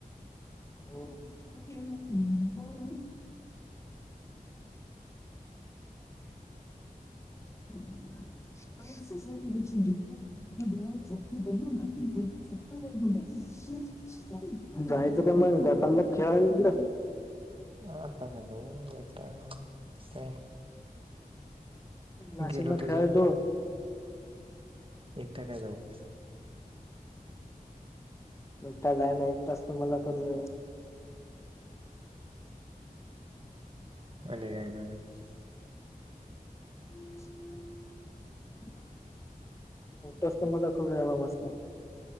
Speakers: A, on the left; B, on the right.
A: हो <unintelligible> स <unintelligible> ब <unintelligible> जायचं का मग सजात खेळा तुला
B: ह आता खय जाऊ एक काय.
A: नाशिकला
B: गेलोतो
A: खेळायचो
B: तर जाईन एकटा का जाउ.
A: त्याला आहे ना एक तासत मला करून.
B: मले कायणार <unintelligible>
A: ह् <unintelligible> मोठा स्तंभ दाखवला मस्त.